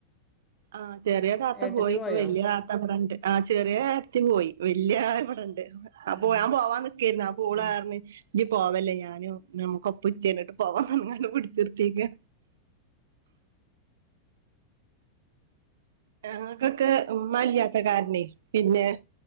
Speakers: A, on the right; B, on the left.
A: ആഹ് ചെറിയ താത്ത
B: ഏട്ടത്തി
A: പോയി ഇപ്പൊ
B: പോയോ
A: വല്യ ത്താ ത്ത ഇബടെണ്ട്‌ ആ ചെറിയത്തി പോയി വല്യള് ഇവിടെണ്ട് അപ്പോ
B: ആ
A: ഞാൻ പോവാൻ നിക്കാരുന്ന് അപ്പൊ ഓള്
B: ആ
A: പറ ഇജ്ജ് പോവല്ലേ ഞാനും നമുക്ക് ഒപ്പം ഉച്ചിരിന്നിട്ട് പോവാന്ന് പറഞ്ഞ്ക്കാണ്ട്‌ പിടിച്ചിർത്തിക്ക ആഹ് ക്ക്ക്കേ ഉമ്മല്ല്യാത്തെ കാരണേ പിന്നെ